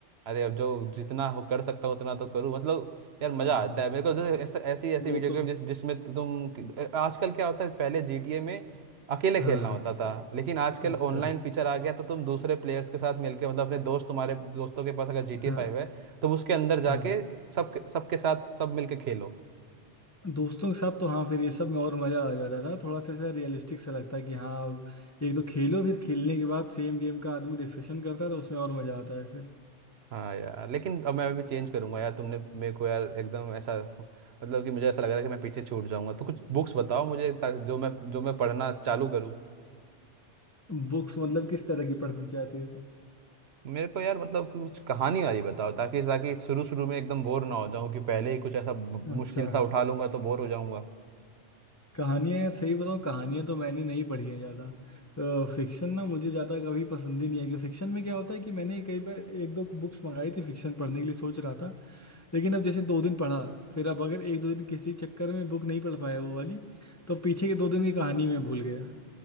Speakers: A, on the right; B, on the left.
A: अरे अब जो जितना हो कर सकता हूँ उतना तो करूँ मतलब यार मजा
B: हाँ,
A: आता है मेरे को जैसे ऐसे ऐसी ऐसी
B: वो
A: वीडियो
B: तो
A: गेम जिस जिसमें तु- तुम कि- अ, आजकल क्या होता है पहले जीटीए में अकेले खेलना
B: हाँ
A: होता था लेकिन आजकल
B: अच्छा
A: ऑनलाइन फीचर आ गया तो तुम दूसरे प्लेयर्स के साथ मिलके मतलब अपने दोस्त तुम्हारे दोस्तों के पास अगर जीटीए
B: हाँ
A: फाइव है तो उसके अंदर
B: हाँ
A: जाके सब सबके साथ सब मिलके खेलो
B: दोस्तों के साथ तो हाँ फिर ये सब में और मजा आ जाता था थोड़ा सा ऐसा रियलिस्टिक सा लगता है कि हाँ अब एक तो खेलो फिर खेलने के बाद सेम गेम का आदमी डिस्कशन करता है तो उसमें और मजा आता है फिर
A: हाँ यार लेकिन अब मैं अभी चेंज करूंगा यार तुमने मेरे को यार एकदम ऐसा फ- मतलब कि मुझे ऐसा लग रहा है कि मैं पीछे छूट जाऊंगा तो कुछ बुक्स बताओ मुझे ताकि जो मैं जो मैं पढ़ना चालू करूँ
B: <laughs> बुक्स मतलब किस तरह की पढ़नी चाहती है तुम
A: मेरे को यार मतलब कुछ कहानी वाली बताओ ताकि ताकि शुरू शुरू में एकदम बोर ना हो जाऊं कि पहले ही कुछ ऐसा ब-
B: अच्छा
A: मुश्किल सा उठा लूंगा तो बोर हो जाऊंगा
B: कहानियाँ सही बताऊँ कहानियाँ तो मैंने नहीं पढ़ी है ज़्यादा फिक्शन ना मुझे ज़्यादा कभी पसंद ही नहीं है कि फिक्शन में क्या होता है कि मैंने कई बार एक दो बुक्स मंगाई थी फिक्शन पढ़ने के लिए सोच रहा था लेकिन अब जैसे दो दिन पढ़ा फिर अब अगर एक दो दिन किसी चक्कर में बुक नहीं पढ़ पाया वो वाली तो पीछे के दो दिन की कहानी मैं भूल गया